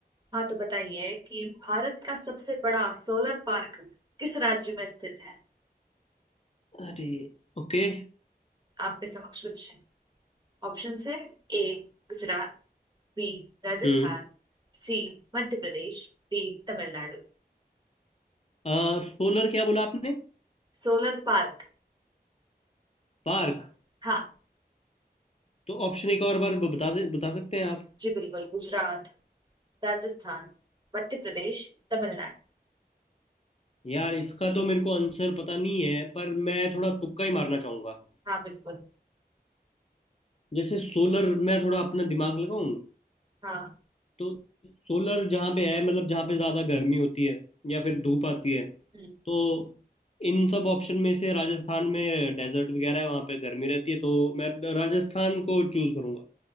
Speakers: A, on the right; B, on the left.
A: हाँ तो बताइए कि भारत का सबसे बड़ा सोलर पार्क किस राज्य में स्थित है
B: अरे ओके
A: आपके समक्ष कुछ ऑप्शन है A Gujarat B Rajasthan
B: हम्म
A: C Madhya Pradesh D Tamil Nadu
B: आ, सोलर क्या बोला आपने
A: Solar park
B: पार्क
A: हाँ
B: तो ऑप्शन एक और बार बता बता सकते हैं आप
A: जी बिल्कुल गुजरात राजस्थान मध्य प्रदेश तमिलनाडु
B: यार इसका तो मेरे को आंसर पता नहीं है पर मैं थोड़ा तुक्का ही मारना चाहूंगा
A: हाँ बिल्कुल
B: जैसे सोलर मैं थोड़ा अपना दिमाग लगाऊं
A: हाँ
B: तो सोलर जहाँ पे है मतलब जहाँ पे ज़्यादा गर्मी होती है या फिर धूप आती है
A: हम्म,
B: तो इन सब ऑप्शन में से राजस्थान में डेजर्ट वगैरह है वहाँ पे गर्मी रहती है तो मैं राजस्थान को चूज करूँगा